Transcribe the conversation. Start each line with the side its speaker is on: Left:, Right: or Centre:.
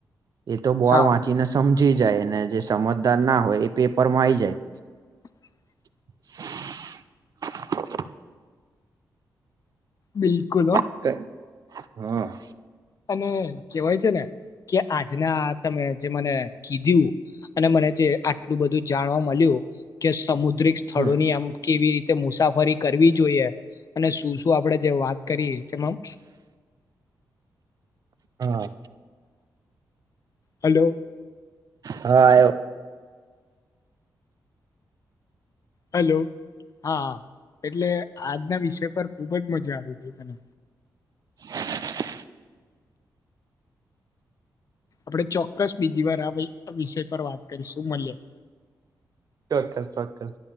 Right: એ તો બોડ
Left: હા
Right: વાંચીને સમજી જાય જે સમજદાર ના હોય એ પેપરમાં આઈ જાય
Left: <inaudible>
Right: <inaudible>
Left: બિલકુલ હ
Right: જાય હા
Left: અને કેવાય છે ને કે આજના તમે જે મને કીધું અને મને જે આટલું બધું જાણવા મલ્યું કે સમુ દ્રિક સ્થળોની
Right: હા
Left: આમ કેવી રીતે મુસાફરી કરવી જોઈએ અને શું શું આપડે જે વાત કરી તેમાં
Right: હા
Left: હલો
Right: હા આ
Left: હલો હા એટલે આજના વિષય પર ખુબ જ મજા આવી હતી તને
Right: <inaudible>
Left: આપડે ચોક્કસ બીજી વાર આ વય વિષય પર વાત કરીશું મલીયે
Right: ચોક્કસ ચોક્કસ